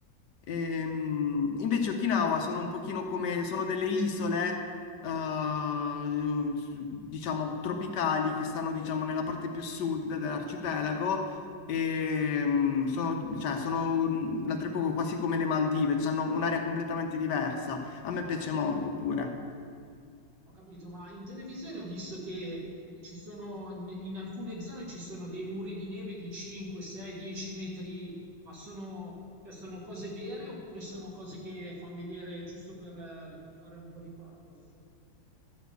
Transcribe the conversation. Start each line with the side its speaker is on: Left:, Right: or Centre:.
Left: Ehm, invece Okinawa sono un pochino come, sono delle isole, eh, diciamo, tropicali che stanno, diciamo, nella parte più sud dell'arcipelago e, mm, sono, cioè, sono un- l'altro poco quasi come le Maldive, cioè, hanno un'area completamente diversa. A me piace molto pure.
Right: Ho capito, ma in televisione ho visto che ci sono, in alcune zone ci sono dei muri di neve di 5, 6, 10 metri, ma sono, cioè sono cose vere oppure sono cose che fanno vedere giusto per eh, fare un po' di pathos?